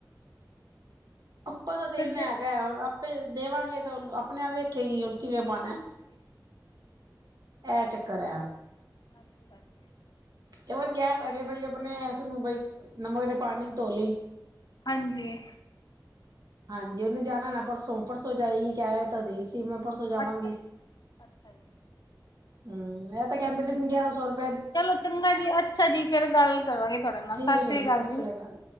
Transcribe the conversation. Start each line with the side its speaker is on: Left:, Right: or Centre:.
Right: ਆਪਾਂ ਤਾਂ ਦਿਨਾਂ
Left: ਫਿਰ
Right: ਹੈਗਾ ਹੁਣ ਓਈ ਦੇਵਾਂਗੇ ਤੇ ਹੁਨ, ਅਪਨੇ ਆਪ ਵੇਖੇਗੀ ਹੁਨ ਕਿਵੇਂ ਪਾਨੈ
Left: ਹਾਂਜੀ, ਹਾਂਜੀ।
Right: ਐ ਚੱਕਰ ਐ।
Left: ਹਾਂਜੀ-ਹਾਂਜੀ।
Right: ਇਹ ਵਾਰੀ ਕਹਿ ਦਾਂਗੇ ਬਈ, ਆਪਣੇ ਇਸਨੂੰ ਬਈ ਨਮਕ ਦੇ ਪਾਣੀ ਚ ਤੋ ਲਈ।
Left: ਹਾਂਜੀ।
Right: ਹਾਂਜੀ, ਓਨੇ ਜਾਨਾ
Left: ਅੱਛਾ।
Right: ਐ, ਪਰਸੋ-ਪਰਸੋ ਜਾਈ ਕੈ ਤਾਂ ਰੀ ਸੀ ਮੈਂ ਪਰ ਜਾਵਾਂਗੀ,
Left: ਅੱਛਾ ਜੀ। ਅੱਛਾ ਜੀ।
Right: ਹੂੰ ਐ ਤਾਂ ਕੈਂਦੇ ਪਏ ਤੂ ਗੇਆਰਾਂ ਸੋ ਰ
Left: ਚਲੋ ਚੰਗਾ ਜੀ ਅੱਛਾ ਜੀ, ਫੇਰ ਗਾੱਲ ਕਰਾਂਗੇ ਤੁਹਾਡੇ ਨਾਲ
Right: ਠੀਕ
Left: ਸਾਸ ਸ੍ਰੀਆ
Right: ਹੈ ਸਤਿ
Left: ਕਾਲ ਜੀ।
Right: ਸ੍ਰੀ ਅਕਾਲ।